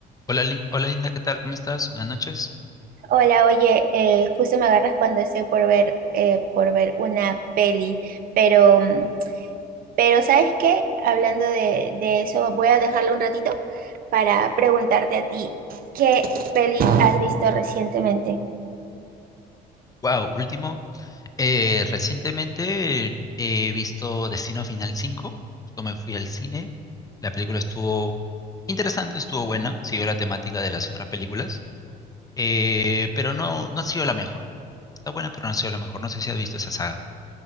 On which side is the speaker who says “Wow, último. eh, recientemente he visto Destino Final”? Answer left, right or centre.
Left